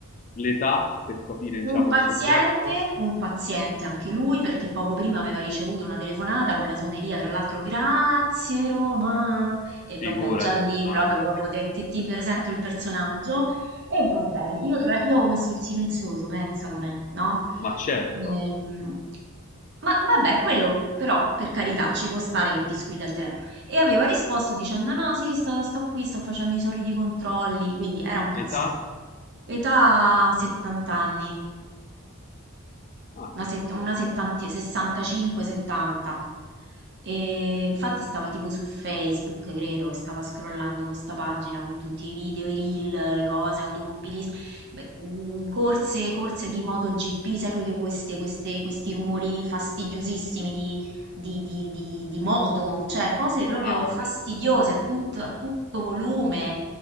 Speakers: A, on the left; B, on the right.
A: l'età per capire,
B: Un
A: diciamo,
B: paziente,
A: il soggetto?
B: un paziente anche lui, perché poco prima aveva ricevuto una telefonata con la suoneria, tra l'altro, grazie Roma, e
A: Figurati,
B: vabbè, già lì
A: mamma
B: proprio, proprio
A: mia.
B: te- te-
A: <laughs>
B: ti presento il personaggio, e va bene, io, tra- io ho messo il silenzioso, pensa come, no?
A: Ma certo,
B: Ehm, ma vabbè, quello però, per carità, ci può stare che ti squilla il telefono. E aveva risposto dicendo, no, sì, sto, sto qui, sto facendo i soliti controlli, quindi era un paziente.
A: età?
B: Età 70 anni
A: Ah,
B: una, set-
A: ok.
B: una 70 65-70. E infatti stava tipo su Facebook, credo, e stava scrollando questa pagina con tutti i video, i reel, le cose, automobilismo, beh, mh, corse, corse di MotoGP, sai proprio queste- queste- questi rumori fastidiosissimi di, di- di- di- di moto, cioè cose proprio
A: Mamma
B: fastidiose
A: mia.
B: a tutto, a tutto volume.